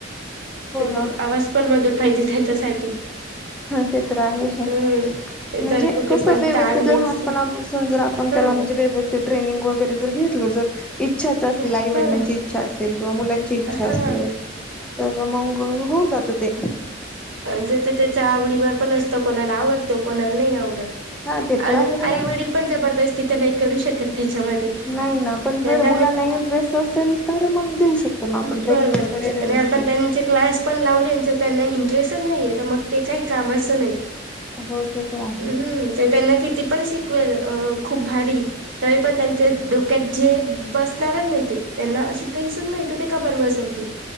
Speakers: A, on the right; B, in the centre.
A: <unintelligible>
B: हो
A: त्यांच
B: ना
A: आवाज पण मधुर पाहिजे. त्याच्यासाठी.
B: ते तर आहे म्हणजे
A: हम्म तर कुठे
B: कसं,
A: पण
B: व्यवस्थित
A: ताल नाहीच
B: लहानपणापासून जर आपण
A: हा
B: त्याला म्हणजे, व्यवस्थित ट्रेनिंग वगैरे जर घेत <unintelligible> इच्छाच असेल आईवडिलांची
A: हा
B: इच्छा असेल. किंवा मुलांची इच्छा
A: हा
B: असेल तर मग होऊन, जात ते.
A: जाच्या त्यांच्या त्याच्या आवडीवर पण असतं कोणाला, आवडतं कोणाला नाही आवडतं.
B: हा ते तर
A: आणि
B: आहे बघा
A: आई वडील पण जबरदस्ती करू शकत त्याच्यामध्ये
B: नाही ना पण जर मुलांना
A: <unintelligible>
B: इंटरेस्ट असेल तर मग देऊ शकतो ना आपण
A: बरं
B: ट्रेनिंग
A: बरं
B: वगैरे व्यवस्थित
A: अणि आपण त्यांचे क्लास पण लावल्यांच त्यांच त्यांना इंटरेस्टच नाहीय, तर मग ते काय? कामाचं नाइ
B: हो ते तर आहे
A: अहं अहं ते त्यांना किती? पण शिकवेल अ खूप भारी तरी पण त्याच त्यात जे बसणारं नाही ते त्यांना अ शिकायचचं नाही, तर ते का बरं बसवतील.